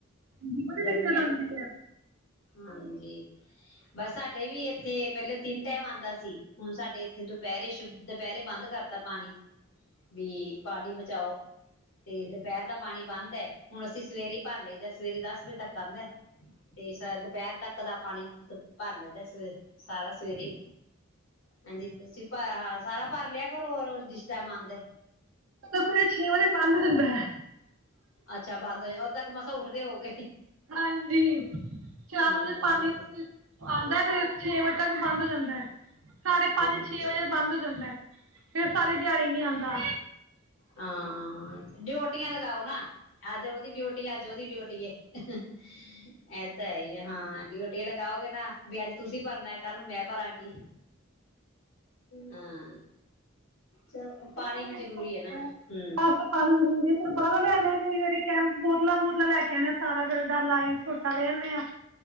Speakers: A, on the right (about 80°); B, on the left (about 80°).
A: ਹ ਜ ਬੜੀ
B: ਗਰਮੀਆਂ
A: ਦਿੱਕਤ ਆਉਂਦੀ
B: ਚ
A: ਹੈ
B: ਹਾਂਜੀ ਬਸ ਸਾਡੇ ਵੀ ਇੱਥੇ ਪਹਿਲੇ ਤਿੰਨ ਟਾਈਮ ਆਉਂਦਾ ਸੀ ਹੁਣ ਸਾਡੇ ਇੱਥੇ ਦੁਪਹਿਰੇ ਸ਼ੁਧ ਦੁਪਹਿਰੇ ਬੰਦ ਕਰਤਾ ਪਾਣੀ ਵੀ ਪਾਣੀ ਪਚਾਓ ਤੇ ਦੁਪਹਿਰ ਦਾ ਪਾਣੀ ਬੰਦ ਹੈ ਹੁਣ ਅਸੀਂ ਸਵੇਰੇ ਹੀ ਭਰ ਲਈਦਾ ਸਵੇਰੇ ਦਸ ਵਜੇ ਤੱਕ ਆਉਂਦਾ ਤੇ ਦੁਪਹਿਰ ਤੱਕ ਦਾ ਪਾਣੀ ਭਰ ਲੈਂਦਾ ਸਵੇ ਸਾਰਾ ਸਵੇਰੇ ਹਾਂਜੀ ਤੁਸੀਂ ਪਾਇਆ ਹ ਸਾਰਾ ਭ ਲਿਆ ਕਰ ਰੋ ਰੋਜ਼ ਰਿਸ਼ਟਾ ਮੰਨਦੇ
A: ਸਵੇਰੇ ਛੇ ਵਜੇ ਪੰਜ ਹਦਾ ਹੈ
B: ਅੱਛਾ ਬੰਦ ਹੋ ਉਓਦਾਂੱਕ ਮਸਾਂ ਉੱਠਦੇ ਹੋ ਗਏ
A: ਹਾਂਜੀ ਚਾਰ
B: ਹਾਂ,
A: ਵਜੇ ਪਾਣੀ ਆਉਂਦਾ ਤੇ ਛੇ ਵਜੇ ਤੱਕ ਬੰਦ ਹੋ ਜਾਂਦਾ ਹੈ ਸਾਢੇ ਪੰਜ
B: ਅੱਛਾ।
A: ਛੇ ਵਜੇ ਬੰਦ ਹੋ ਜਾਂਦਾ ਹੈ ਫੇਰ ਸਾਰੀ ਦਿਹਾੜੀ ਨੀ ਆਉਂਦਾ।
B: ਹਾਂ ਡਿਊਟੀਆਂ ਲਗਾਓ ਨਾ ਅੱਜ ਉਹਦੀ ਡਿਊਟੀ ਅੱਜ ਉਹਦੀ ਡਿਊਟੀ ਇਹ ਤਾਂ ਹੀ ਆ ਹਾਂ ਡਓਟੀ ਲਗਾਓਗੇ ਨਾ ਵੀ ਅੱਜ ਤੁਸੀਂ ਭਰਨਾ ਕੱਲ ਨੂੰ ਮੈਂ ਭਾਂਗੀ ਹਾਂ ਚਲੋ ਪਾਣੀ
A: ਨਾ
B: ਵੀ
A: ਬਿਲੁਲ
B: ਜ਼ਰੂਰੀ ਹੈ ਨਾ ਹੂੰ।
A: ਬਸ ਪਾਣੀ ਜ਼ਰੂਰੀ ਹੈ, ਫਿਰ ਬਾਹਰੋਂ ਲਿਆਂਦੇ ਆਂ ਕਈ ਵਾਰੀ ਕੈਂ ਬੋਤਲਾਂ ਬੁਤਲਾਂ ਲੈ ਕੇ ਆਣੇਂ ਸਾਰਾ ਫਿਰ ਡੱਲ ਲ ਆਈ ਛੋਟਾ ਲੈ ਆਦੇੇਂ ਆਂ।